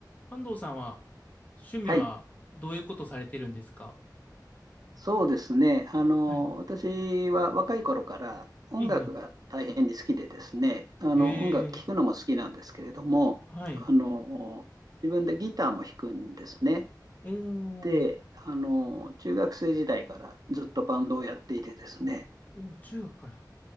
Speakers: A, on the left; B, on the right.
A: 関東さんは趣味はどういうことされてるんですか
B: はい、そうですね。あの、
A: はい。
B: 私は若い頃から音楽が大変に好きでですね、
A: ええ、
B: あの、
A: ええ、
B: 音楽聴くのも好きなんですけれども、
A: はい。
B: あの、自分でギターも弾くんですね。
A: おー、
B: で、あの、中学生時代からずっとバンドをやっていてですね、
A: おー、中学から。